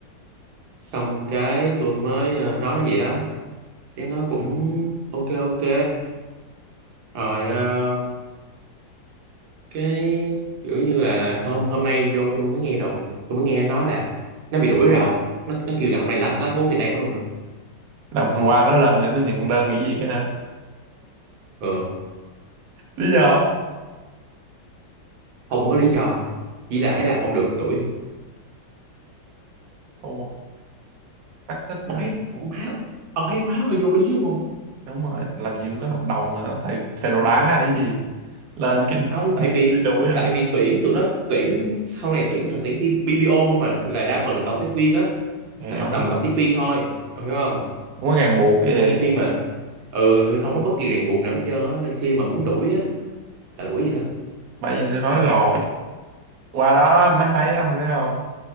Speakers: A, on the right; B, on the right.
A: xong cái tôi mới ờ, nói nó vậy đó cái nó cũng ok ok Rồi ờ, cái kiểu như là hôm hôm nay vô tôi mới nghe đồn tôi mới nghe nó nói là nó bị đuổi rồi ông. nó nó kêu là hôm nay last last work in đây nó luôn rồi
B: làm qua nó lên để nó nhận đơn nghỉ việc ha
A: ừ,
B: lý do
A: không có lý do chỉ là thấy làm không được đuổi
B: Ồ, phát xít
A: ông
B: nữa
A: thấy má ông thấy má hơi vô lý đúng không
B: đúng rồi làm gì cũng có hợp đồng mà thầy thầy đồ đá hay gì lên cái
A: không
B: <laughs>
A: tại vì
B: thầy đuổi á,
A: tại vì tuyển tụi nó tuyển sau này tuyển thằng tuyển BPO không mà là đa phần là cộng tác viên á
B: hiểu
A: là hợp đồng cộng tác viên thôi ông hiểu không
B: không có ràng buộc gì
A: nên khi mà ừ không có bất kỳ ràng buộc nào hết trơn á nên khi mà muốn đuổi á là đuổi gì đó
B: bởi vậy tôi nói rồi qua đó mới thấy không biết không